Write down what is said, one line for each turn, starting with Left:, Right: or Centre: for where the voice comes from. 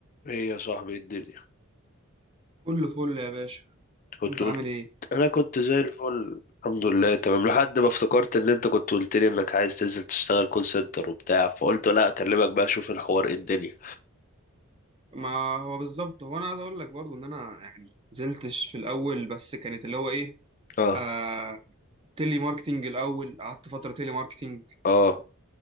Left: ايه يا صاحبي إيه الدنيا
Right: كله فل يا باشا
Left: كنت
Right: انت
Left: قلت
Right: عامل ايه
Left: انا كنت زي الفل الحمد لله تمام لحد ما افتكرت ان انت كنت قلت لي انك عايز تنزل تشتغل كول سنتر وبتاع فقلت لا اكلمك بقى اشوف الحوار ايه الدنيا
Right: ما هو بالظبط هو انا عايز اقول لك برضو ان انا يعني نزلتش في الاول بس كانت اللي هو ايه
Left: اه
Right: آه تيلي ماركتينج الاول قعدت فتره تيلي ماركتينج
Left: اه